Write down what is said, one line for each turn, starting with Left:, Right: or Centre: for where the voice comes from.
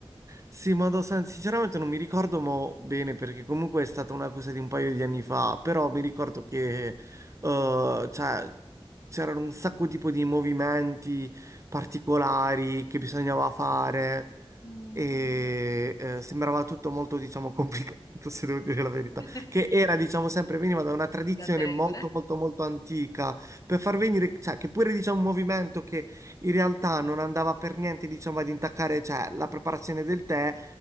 Right: Sì, ma do- sen- sinceramente non mi ricordo mo bene perché comunque è stata una cosa di un paio di anni fa, però mi ricordo che eh, cioè, c'erano un sacco tipo di movimenti particolari che bisognava fare
Left: Mm.
Right: e eh, sembrava tutto molto, diciamo, complicato, <laughs> se devo dire la verità,
Left: <laughs>
Right: che era, diciamo, sempre veniva da una tradizione
Left: di tante regole.
Right: molto, molto, molto antica per far venire, cioè, che pure, diciamo, un movimento che in realtà non andava per niente, diciamo, ad intaccare, cioè, la preparazione del tè.